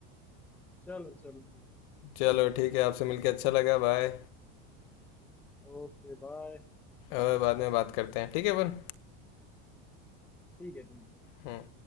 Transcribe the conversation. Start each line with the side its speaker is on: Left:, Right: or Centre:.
Centre: चलो चलो ठीक
Left: चलो ठीक है आपसे मिलके अच्छा लगा बाय
Centre: है Okay bye
Left: और बाद में बात करते हैं ठीक है अपन
Centre: ठीक है ठीक है
Left: हम्म